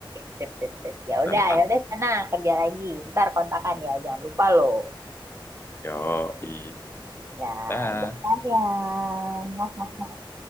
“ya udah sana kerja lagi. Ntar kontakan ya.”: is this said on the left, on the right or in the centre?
Right